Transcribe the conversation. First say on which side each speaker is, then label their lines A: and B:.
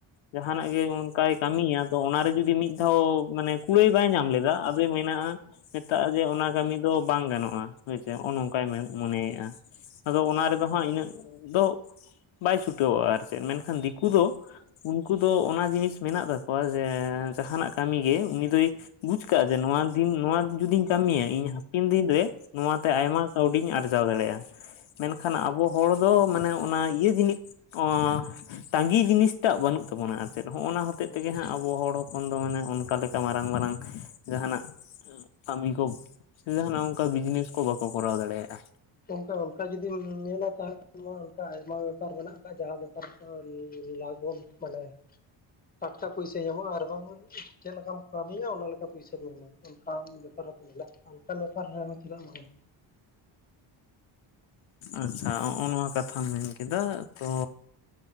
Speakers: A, on the left; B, on the left.
A: ᱡᱟᱦᱱᱟᱜ ᱜᱮ ᱚᱱᱠᱟᱭ ᱠᱟᱹᱢᱤᱭᱟ ᱛᱚ ᱚᱱᱟᱨᱮ ᱡᱩᱫᱤ ᱢᱤᱫ ᱫᱷᱟᱣ ᱢᱟᱱᱮ ᱠᱩᱲᱟᱹᱭ ᱵᱟᱭ ᱧᱟᱢ ᱞᱮᱫᱟ ᱢᱮᱱᱟᱜᱼᱟ ᱢᱮᱛᱟᱜᱼᱟ ᱡᱮ ᱚᱱᱟ ᱠᱟᱹᱢᱤ ᱫᱚ ᱵᱟᱝ ᱜᱟᱱᱚᱜᱼᱟ ᱦᱳᱭᱥᱮ ᱱᱚᱜᱼᱚᱭ ᱱᱚᱝᱠᱟᱭ ᱢᱮᱱᱟ। ᱢᱚᱱᱮᱭᱮᱫᱼᱟ ᱟᱫᱚ ᱚᱱᱟ ᱨᱮᱫᱚ ᱦᱟᱸᱜ ᱤᱱᱟᱹᱜ ᱫᱚ ᱵᱟᱭ ᱪᱷᱩᱴᱟᱹᱚᱜᱼᱟ ᱟᱨ ᱪᱮᱫ ᱢᱮᱱᱠᱷᱟᱱ ᱫᱤᱠᱩ ᱫᱚ ᱩᱱᱠᱩ ᱫᱚ ᱚᱱᱟ ᱡᱤᱱᱤᱥ ᱢᱮᱱᱟᱜ ᱛᱟᱠᱚᱣᱟ ᱡᱮ ᱡᱟᱦᱟᱱᱟᱜ ᱠᱟᱹᱢᱤ ᱜᱮ ᱩᱱᱤ ᱫᱚᱭ ᱵᱩᱡ ᱠᱟᱜᱼᱟ ᱡᱮ ᱱᱚᱣᱟ ᱫᱤᱱ ᱱᱚᱣᱟ ᱡᱩᱫᱤᱧ ᱠᱟᱹᱢᱤᱭᱟ ᱤᱧ ᱦᱟᱯᱮᱱ ᱫᱤᱱᱨᱮ ᱱᱚᱣᱟᱛᱮ ᱟᱭᱢᱟ ᱠᱟᱹᱣᱰᱤᱧ ᱟᱨᱡᱟᱣ ᱫᱟᱲᱮᱭᱟᱜᱼᱟ, ᱢᱮᱱᱠᱷᱟᱱ ᱟᱵᱚ ᱦᱚᱲ ᱫᱚ ᱢᱟᱱᱮ ᱚᱱᱟ ᱤᱭᱟᱹ ᱡᱤᱱᱤᱥ ᱚ ᱛᱟᱺᱜᱤ ᱡᱤᱱᱤᱥᱴᱟᱜ ᱵᱟᱹᱱᱩᱜ ᱛᱟᱵᱚᱱᱟ ᱟᱨ ᱪᱮᱫ ᱦᱚᱸᱜᱼᱚ ᱱᱟ ᱦᱚᱛᱮᱡ
B: ᱦᱩᱸ
A: ᱛᱮᱜᱮ ᱦᱟᱸᱜ ᱟᱵᱚ ᱦᱚᱲ ᱚᱠᱷᱚᱱ ᱫᱚ ᱢᱟᱱᱮ ᱚᱱᱠᱟ ᱞᱮᱠᱟ ᱢᱟᱨᱟᱝ ᱢᱟᱨᱟᱝ ᱡᱟᱦᱟᱸᱱᱟᱜ ᱠᱟᱹᱢᱤ ᱠᱚ ᱥᱮ ᱡᱟᱦᱟᱱᱟᱜ ᱚᱱᱠᱟ ᱵᱤᱡᱽᱱᱮᱥ ᱠᱚ ᱵᱟᱠᱚ ᱠᱚᱨᱟᱣ ᱫᱟᱲᱮᱭᱟᱜᱼᱟ।
B: ᱜᱚᱝᱠᱮ ᱚᱱᱠᱟ ᱡᱩᱫᱤ ᱡᱩᱫᱤᱢ ᱧᱮᱞᱟ ᱛᱟᱦᱮᱸ ᱠᱷᱟᱱ ᱢᱟ ᱚᱱᱠᱟ ᱟᱭᱢᱟ ᱵᱮᱯᱟᱨ ᱢᱮᱱᱟᱜ ᱟᱠᱟᱫ ᱡᱟᱦᱟᱸ ᱵᱮᱯᱟᱨᱫᱚ ᱞᱚᱜᱚᱱ ᱢᱟᱱᱮ ᱴᱟᱠᱟ ᱯᱚᱭᱥᱟ ᱧᱟᱢᱚᱜᱼᱟ ᱟᱨ ᱵᱟᱝ ᱪᱮᱫ ᱞᱮᱠᱟᱢ ᱠᱟᱹᱢᱤᱭᱟ ᱚᱱᱟᱞᱮᱠᱟ ᱯᱚᱭᱥᱟ ᱠᱚ ᱮᱢᱟᱢᱟ। ᱚᱱᱠᱟᱱ ᱵᱮᱯᱟᱨ ᱦᱚᱸᱠᱚ ᱢᱮᱱᱟᱜ ᱚᱱᱠᱟᱱ ᱵᱮᱯᱟᱨ ᱨᱮᱦᱚᱸ ᱪᱮᱫᱟᱜ ᱵᱟᱝ
A: ᱟᱪᱪᱷᱟ ᱱᱚᱜᱼᱚ ᱱᱚᱣᱟ ᱠᱟᱛᱷᱟᱢ ᱢᱮᱱ ᱠᱮᱫᱟ ᱛᱚ